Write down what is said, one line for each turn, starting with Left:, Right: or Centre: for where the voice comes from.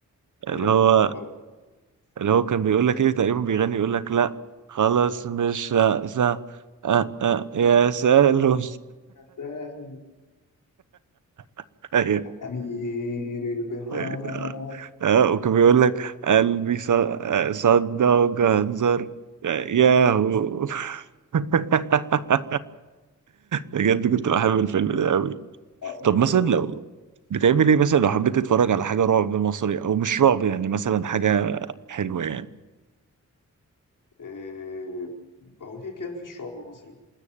Left: مير
Right: اللي
Left: البحار
Right: هو اللي هو كان بيقول لك ايه تقريبا بيغني يقول لك لا خلاص مش رأسة آه آه يا سالو
Left: برضه
Right: <laughs> ايوه
Left: أمير البحار
Right: اه آه، وكان بيقول لك قلبي ص- آه، صدى وجهنزر ياهو <laughs> بجد كنت بحب الفيلم ده قوي
Left: اه جامد
Right: طب مثلا
Left: أوي
Right: لو
Left: بصراحة
Right: بتعمل ايه مثلا لو حبيت تتفرج على حاجة رعب مصري او مش رعب يعني مثلا حاجة حلوة يعني
Left: إيه هو كده كان في شعب مصري